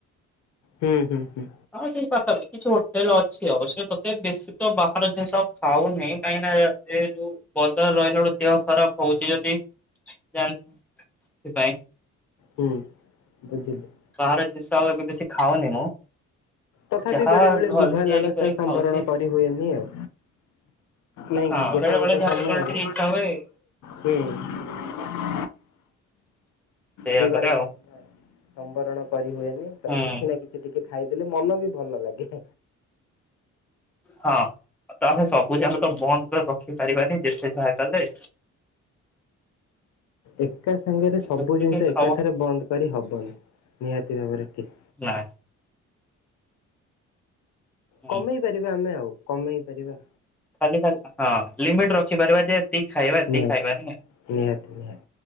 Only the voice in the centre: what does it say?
ହଁ ସେଇ ପାଖରେ କିଛି ହୋଟେଲ ଅଛି ଅବଶ୍ୟ ତୋତେ ବେଶୀ ତ ବାହାର ଜିନିଷ ଖାଉନିଁ କାହିଁକି ନା ଯେହେତୁ ପଦାରେ ରହିଲା ବେଳୁ ଦେହ ଖରାପ ହଉଛି ଯଦି ଜାଣି ସେଥିପାଇଁ।
ବାହାର ଜିନିଷ ଆଉ ଏବେ ବେଶି ଖାଉନି ମୁଁ।
ଯାହା
ଘରେ
ତିଆରି
କରି
ଖାଉଛି
ହଁ
ବେଳେ ବେଳେ
ଯାହା
କେତେବେଳେ ଟିକେ ଇଚ୍ଛା ହୁଏ
ସେଇଆପରା
ଆଉ।
ହୁଁ
ହଁ। ତା ଆମେ ସବୁ ଯାକ ତ ବନ୍ଦ କରି ରଖିପାରିବାନି ଯେତେ ଯାହା କଲେ।
ଯେତିକି
ଖାଉ
ନା। ହୁଁ
ଖାଲି ଖା ହଁ ଲିମିଟ ରଖିପାରିବା ଯେ ଖାଇବା
ଖାଇବା ନି।